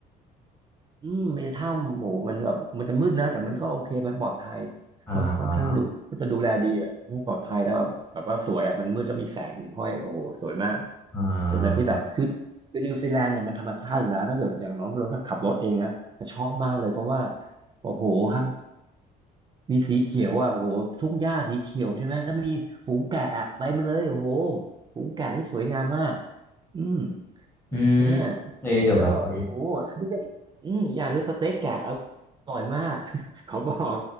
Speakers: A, on the right (about 25°); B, on the left (about 15°).
A: อืมมีถ้ำโหมมันแบบมันจะมืดนะแต่มันก็โอเคมันปลอดภัย
B: อ่า
A: ค่อนค่อนข้างดูก็จะดูแลดีแบบมันปลอดภัยแล้วแบบแบบว่าสวยอ่ะมันมืดแล้วมีแสงห้อยโอ้โหสวยมาก
B: อ่
A: เป็นอะไรที่แบบคือคือนิวซีแลนด์เนี่ยมันธรรมชาติอยู่แล้วถ้าเกิดอย่างน้องเราถ้าขับรถเองนะจะชอบมากเลยเพราะว่า
B: า
A: โอ้โหทั้งมีสีเขียวอ่ะโอ้โหทุ่งหญ้าสีเขียวใช่ไหมแล้วมีฝูงแกะอะไปมันเลยโอ้โหฝูงแกะนี่สวยงามมากอืม
B: อืม
A: ใช่ไหม
B: เฮ้ยเดี๋ยวแบบไว้
A: แล้วก็แบบโอ้โหอันนี้ก็อืมอย่างคือสเต็กแกะอร่อยมาก <laughs> เขาบอก